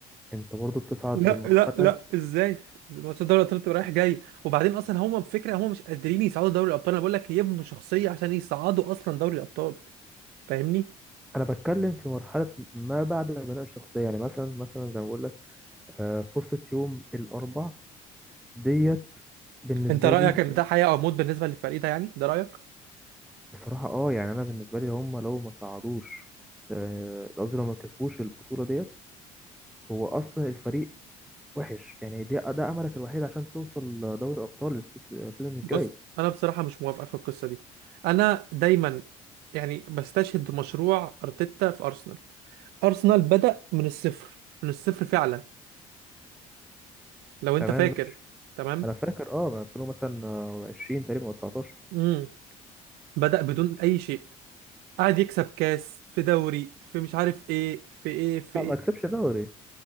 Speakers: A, in the centre; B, on the right (about 65°).
A: أنت برضه بتصعد
B: لا
A: لمرحلة
B: لا لا
A: تانية
B: ازاي ماتش دوري الابطال بتبقى رايح جاي وبعدين اصلا هم الفكره هم مش قادرين يصعدوا دوري الابطال انا بقول لك يبنوا شخصيه عشان يصعدوا اصلا دوري الابطال فاهمني
A: أنا بتكلم في مرحلة ما بعد البناء الشخصية يعني مثلا مثلا زي ما بقول لك آه، فرصة يوم الأربع ديت بالنسبة
B: انت رايك
A: لي
B: ان ده حياه او موت بالنسبه للفريق ده يعني ده رايك
A: بصراحة اه يعني انا بالنسبة لي هم لو ما صعدوش آه، قصدي لو ما كسبوش البطولة ديت هو اصلا الفريق وحش يعني ده ده املك الوحيد عشان توصل دوري ابطال السيس- السيزون الجاي
B: بص انا بصراحه مش موافق في القصه دي انا دايما يعني بستشهد مشروع ارتيتا في ارسنال ارسنال بدا من الصفر من الصفر فعلا لو انت
A: تمام
B: فاكر
A: ماشي
B: تمام
A: انا فاكر اه ما 2000 مثلا آه، 20 تقريبا او 19
B: امم بدا بدون اي شيء قعد يكسب كاس في دوري في مش عارف ايه في ايه في
A: لا
B: ايه
A: ما كسبش دوري